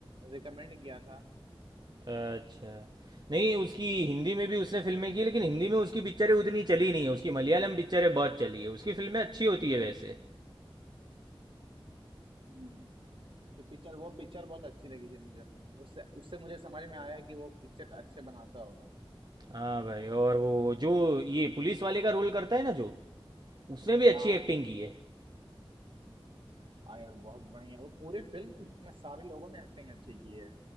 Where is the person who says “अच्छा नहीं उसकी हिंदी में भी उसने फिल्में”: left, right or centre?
Right